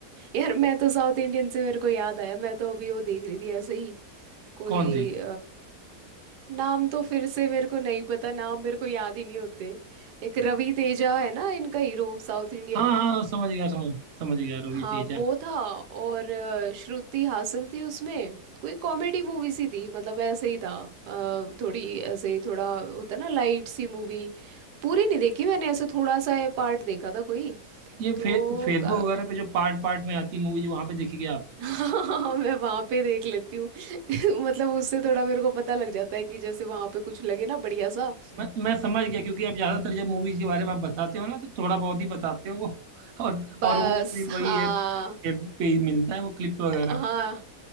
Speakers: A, on the right; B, on the right.
A: यार मैं तो साउथ इंडियन से मेरे को याद आया मैं तो अभी वो देख रही थी ऐसे ही कोई
B: कौन सी
A: नाम तो फिर से मेरे को नहीं पता नाम मेरे को याद ही नहीं होते एक रवि तेजा है ना इनका हीरो साउथ इंडियन
B: हाँ हाँ हाँ, समझ गया समझ समझ गया रवि
A: हाँ
B: तेजा
A: वो था और अ, श्रुति हासन थी उसमें कोई कॉमेडी मूवी सी थी मतलब ऐसे ही था अ, थोड़ी ऐसे थोड़ा होता है ना लाइट सी मूवी पूरी नहीं देखी मैंने ऐसे थोड़ा सा पार्ट देखा था कोई
B: ये
A: तो
B: फे, फेसबुक
A: अ,
B: वगैरह पे जो पार्ट पार्ट में आती मूवीज वहां पे देखी गया आपने
A: <laughs> हाँ, मैं वहां पे देख लेती हूँ <laughs> मतलब उससे थोड़ा मेरे को पता लग जाता है कि जैसे वहां पे कुछ लगे ना बढ़िया सा
B: मैं मैं समझ गया क्योंकि आप ज्यादातर जब मूवीज के बारे में आप बताते हो ना तो थोड़ा बहुत ही बताते हो <laughs> और
A: बस
B: और वो फिर वही
A: हाँ
B: है फेसबुक पे ही मिलता है वो क्लिप्स वगैरह
A: हाँ